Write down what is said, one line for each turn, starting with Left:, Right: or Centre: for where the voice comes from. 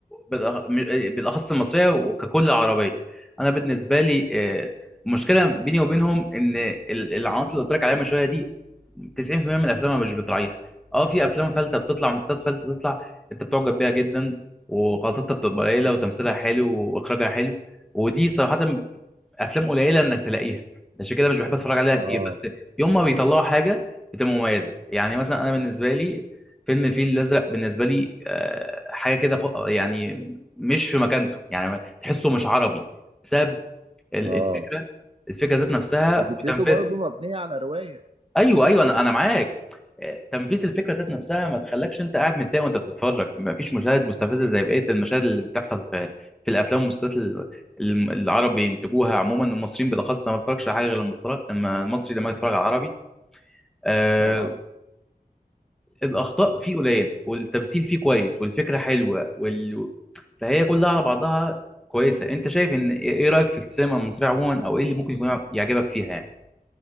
Centre: بالأخ- م- بالأخص المصرية وككل عربية أنا بالنسبة لي آه، المشكلة بيني وبينهم إن ال- العناصر اللي قلت لك عليها من شوية دي 90% من الأفلام أنا مش بتراعيها أه في أفلام فلتة بتطلع مسلسلات فلتة بتطلع أنت بتعجب بيها جدا وغلطتها بتبقى قليلة وتمثيلها حلو وإخراجها حلو ودي صراحة افلام قليله انك تلاقيها عشان كده مش بحب اتفرج عليها
Right: اه
Centre: كتير بس يوم ما بيطلعوا حاجه بتبقى مميزه يعني مثلا انا بالنسبه لي فيلم الفيل الازرق بالنسبه لي آه، حاجه كده فوق- يعني مش في مكانته يعني تحسه مش عربي بسبب ال-
Right: اه
Centre: الفكره الفكره ذات نفسها
Right: هو فكرته
Centre: وتنفيذها
Right: برضه مبنية على رواية
Centre: ايوه ايوه انا انا معاك آه، تنفيذ الفكره ذات نفسها ما تخلكش انت قاعد متضايق وانت بتتفرج ما فيش مشاهد مستفزه زي بقيه المشاهد اللي بتحصل في في الافلام والمسلسلات ال- ال- العرب بينتجوها عموما المصريين بالاخص أنا ما بتفرجش على حاجه غير المصري لما المصري لما اتفرج على العربي آه
Right: اه
Centre: الاخطاء فيه قليله والتمثيل فيه كويس والفكره حلوه وال... فهي كلها على بعضها كويسه انت شايف ان ايه إيه رايك في السينما المصريه عموما او ايه اللي ممكن يكون يعجبك فيها يعني